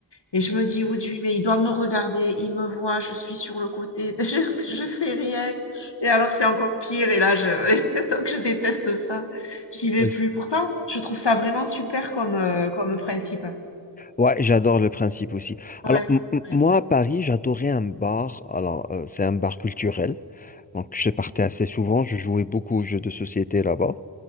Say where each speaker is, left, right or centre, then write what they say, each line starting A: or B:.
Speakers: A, on the left; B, on the left.
A: Et je me dis, oui, mais il doit me regarder, il me voit, je suis sur le côté, <laughs> je, je fais rien. Et alors c'est encore pire. Et là, je, <laughs> donc je déteste ça. J'y vais
B: Je
A: plus. Pourtant, je trouve ça vraiment super comme, euh, comme principe.
B: Ouais, j'adore le principe aussi.
A: Ouais,
B: Alors, m- m-
A: ouais,
B: moi, à Paris, j'adorais un bar. Alors, euh, c'est un bar culturel. Donc, je partais assez souvent. Je jouais beaucoup aux jeux de société là-bas.